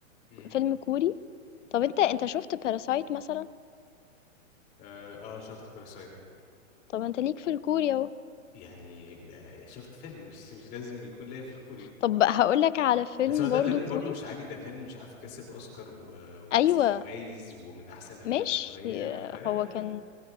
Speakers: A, on the left; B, on the left.
A: امم
B: فيلم كوري. طب أنت أنت شُفت Parasite مثلًا؟
A: آه, اه شفت باراسايت
B: طب أنت ليك في الكوري أهو.
A: يعني ده- شفت فيلم مش مش لازم يكون ليا في الكوري
B: طب هاقول لك على فيلم
A: بس هو ده
B: برضه
A: فيلم
B: كوري
A: برضو مش عادي ده فيلم مش عارف كسب اوسكار و- وكسب
B: أيوه،
A: جوائز ومن احسن الافلام
B: ماشي
A: الكورية فيا
B: هو كان